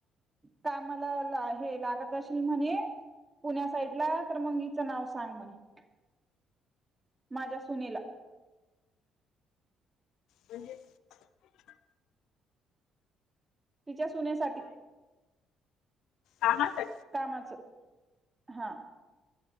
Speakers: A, on the right (about 20°); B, on the left (about 60°).
A: कामाला हे लागत असेल म्हणे पुण्या साईडला तर मग हचं नाव सांग म्हणे माझ्या सुनेला
B: म्हणजे
A: तिच्या सुनेसाठी
B: ह ह ताई
A: कामाचं हा